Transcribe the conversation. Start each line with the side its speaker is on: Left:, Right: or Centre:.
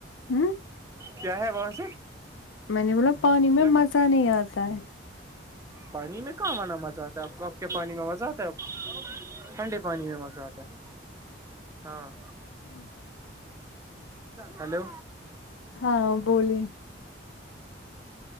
Left: ہوں
Right: کیا ہے وہاں سے
Left: میں نے بولا پانی میں
Right: کیا
Left: مزہ نہیں آتا ہے
Right: پانی میں کہاں آنا مزہ آتا ہے آپ کے پانی میں مزہ آتا ہے آپ کو ٹھنڈے پانی میں مزہ آتا ہے ہاں
Left: ہاں
Right: ہیلو
Left: ہاں بولی